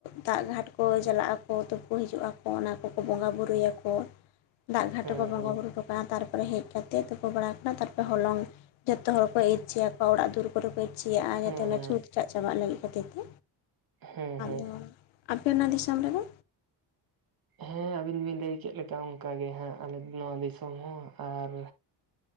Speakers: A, on the left; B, on the right.
A: ᱫᱟᱜ ᱜᱷᱟᱴ ᱠᱚ ᱪᱟᱞᱟᱜ ᱟᱠᱚ ᱛᱩᱯᱩ ᱦᱤᱡᱩᱜ ᱟᱠᱚ, ᱚᱱᱟ ᱠᱚᱠᱚ ᱵᱚᱸᱜᱟ ᱵᱩᱨᱩᱭᱟᱠᱚ,
B: <inaudible>
A: ᱫᱟᱜ ᱜᱷᱟᱴ ᱨᱮᱠᱚ ᱵᱚᱸᱜᱟ
B: ᱦᱮᱸ
A: ᱵᱩᱨᱩ ᱦᱚᱴᱚ ᱠᱟᱜᱼᱟ, ᱛᱟᱨᱯᱚᱨᱮ ᱦᱮᱡ ᱠᱟᱛᱮᱫ ᱛᱩᱛᱩ ᱵᱟᱲᱟᱣ ᱟᱠᱟᱱᱟ, ᱛᱟᱨ ᱯᱚᱨᱮ ᱦᱚᱞᱚᱝ ᱡᱚᱛᱚ ᱦᱚᱲ ᱠᱚ ᱤᱨᱪᱤᱭᱟ ᱚᱲᱟᱜ ᱫᱩᱭᱟᱹᱨ ᱠᱚᱨᱮ ᱠᱚ ᱤᱨᱪᱤ ᱭᱟᱜᱼᱟ,
B: ᱦᱮᱸ
A: ᱡᱟᱛᱮ ᱚᱱᱟ
B: ᱦᱮᱸ
A: ᱪᱷᱩᱸᱛ ᱴᱟᱜ ᱪᱟᱵᱟᱜ ᱞᱟᱹᱜᱤᱫ ᱠᱷᱟᱹᱛᱤᱨ ᱛᱮ,
B: ᱦᱮᱸ
A: ᱟᱫᱚ,
B: ᱦᱮᱸ
A: ᱟᱯᱮ ᱚᱱᱟ ᱫᱤᱥᱚᱢ ᱨᱮᱫᱚ?
B: ᱦᱮᱸ ᱟᱹᱵᱤᱱ ᱵᱤᱱ ᱞᱟᱹᱭ ᱠᱮᱫ ᱞᱮᱠᱟ ᱚᱝᱠᱟ ᱜᱮ ᱦᱟᱸᱜ, ᱟᱞᱮ ᱱᱚᱣᱟ ᱫᱤᱥᱚᱢ ᱦᱚᱸ ᱟᱨ